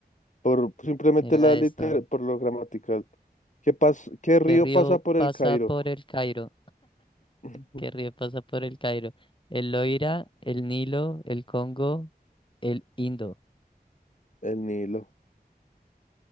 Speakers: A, on the left (about 45°); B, on the left (about 30°).
A: Por simplemente
B: Mira
A: la liter,
B: esta.
A: por lo gramatical. ¿Qué pas, qué río
B: ¿Qué río
A: pasa por
B: pasa
A: el Cairo?
B: por el Cairo?
A: <laughs>
B: ¿Qué río pasa por el Cairo? ¿El Loira, el Nilo, el Congo, el Indo?
A: El Nilo.